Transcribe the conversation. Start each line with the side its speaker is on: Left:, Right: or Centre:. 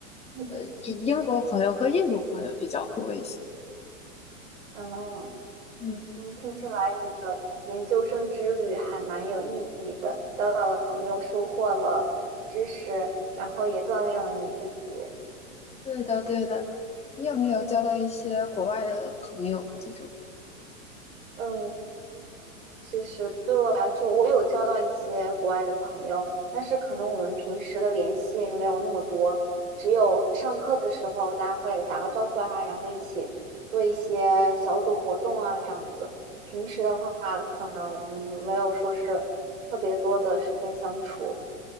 Right: 嗯，
Left: 呃以英国朋友和印度朋友比较多一些。
Right: 哦。
Left: 嗯，
Right: 嗯，听起来你的研究生之旅还蛮有意义的，交到了朋友，收获了知识，然后也锻炼了你自己。
Left: 对的对的，你有没有交到一些国外的朋友这种？
Right: 嗯，其实对我来说，我有交到一些国外的朋友，但是可能我们平时的联系没有那么多，只有上课的时候大家会打个招呼啊，然后一起做一些小组活动啊，这样子。平时的话，可能没有说是特别多的时间相处。